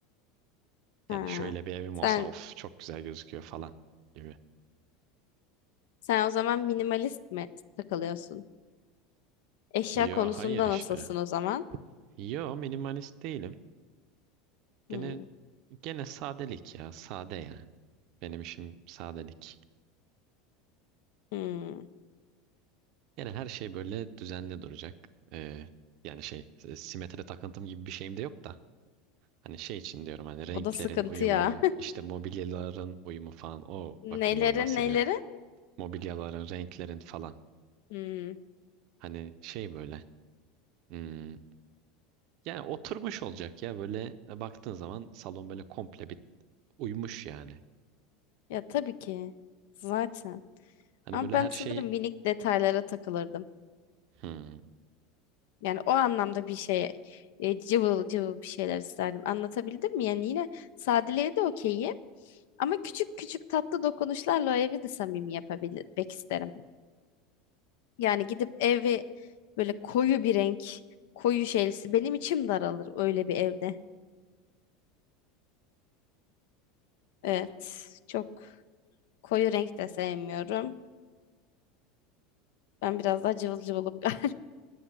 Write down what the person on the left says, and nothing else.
Ha.
Sen
sen o zaman minimalist mi takılıyorsun? Eşya
konusunda
nasılsın o zaman?
Hmm,
hmm.
O da sıkıntı
ya.
<laughs>
Neleri
neleri?
Hmm.
Ya tabii ki. Zaten.
Ama
ben
sanırım
minik detaylara takılırdım.
Yani o anlamda bir şey e, cıvıl cıvıl bir şeyler isterdim. Anlatabildim mi? Yani yine sadeliğe de okeyim. Ama küçük küçük tatlı dokunuşlarla o evi de samimi yapabilmek isterim. Yani gidip evi böyle koyu bir renk, koyu şeylisi. Benim içim daralır öyle bir evde. Evet, çok. Koyu renk de sevmiyorum. Ben biraz daha cıvıl cıvılım <laughs> galiba.